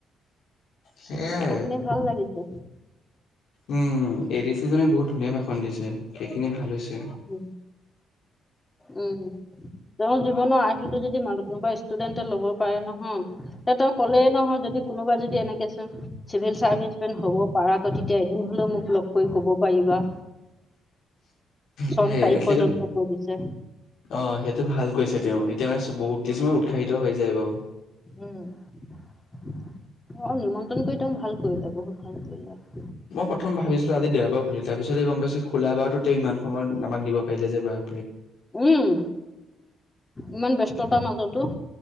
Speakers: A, on the left (about 75°); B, on the left (about 20°).
A: সেয়াই
B: কথা শুনি ভাল লাগিছে
A: উম এ, ডি, চি, জনে বহুত ধুনীয়া ভাষণ দিছে সেইখিনি ভাল হৈছে
B: উম, উম, তেওঁৰ জীৱনৰ আৰ্হিটো যদি মানুহ কোনোবা ষ্টুডেন্টে ল'ব পাৰে নহয় তে তেওঁ কলেই নহয় যদি কোনোবা যদি এনেকে চিভ চাৰ্ভিচ মেন হ'ব পাৰা টো তেতিয়া এদিন হলেও মোক লগ কৈ ক'ব পাৰিবা চন
A: সেই
B: তাৰিখ পৰ্যন্ত
A: সেইটো
B: কৈ দিছে
A: অ', সেইটো ভাল কৈছে তেওঁ এতিয়া মানে বহুত কিছুমান উৎসাহিত হৈ যায় বাৰু
B: উম, অ', নিমন্ত্ৰণ কৰি ত মোক ভাল কৰিলোয় বহুত ভাল কৰি যায়
A: মই প্ৰথম ভাবিছিলো আজি দেওবাৰ বুলি তাৰ পিছতে গম পাইছো খোলা বাৰো তেওঁ ইমানয়ত আমাকিব পাৰিলে যে ব
B: উম, ইমান ব্যস্ততাৰ মাজতো